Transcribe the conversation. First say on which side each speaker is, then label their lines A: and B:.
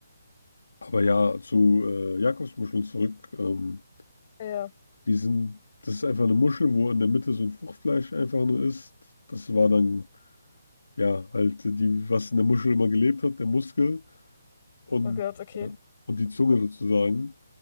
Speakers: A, on the left; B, on the left.
A: aber ja, zu äh, Jakobsmuscheln zurück. Ähm,
B: Ja.
A: Die sind, das ist einfach eine Muschel, wo in der Mitte so ein Fruchtfleisch einfach nur ist. Das war dann, ja, halt die, was in der Muschel immer gelebt hat, der Muskel und,
B: Oh Gott, okay.
A: äh, und die Zunge sozusagen.